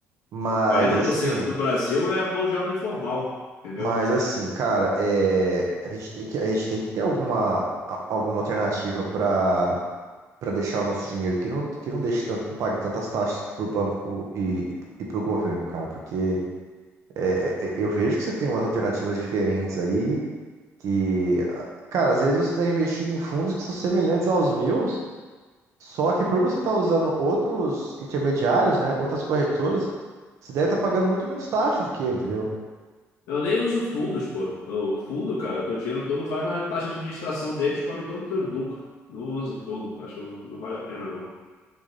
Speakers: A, on the right; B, on the left.
A: mas
B: 40%
A: assim,
B: do Brasil é mão de obra informal, entendeu?
A: mas assim, cara, é, a gente tem que, a gente tem que ter alguma, a- alguma alternativa pra para deixar o nosso dinheiro que não, que não deixe tanto, não pague tantas taxas pro banco e, e pro governo, cara. Porque é, é, eu vejo que você tem umas alternativas diferentes aí Que, cara, às vezes você está investindo em fundos que são semelhantes aos meus, só que por você estar usando outros intermediários, né, outras corretoras, você deve estar pagando muito menos taxa do que eu, entendeu?
B: Eu nem uso fundos, pô. O fundo, cara, teu dinheiro todo vai na taxa de administração deles, come todo o teu lucro. Não uso fundo, acho que não vale a pena não,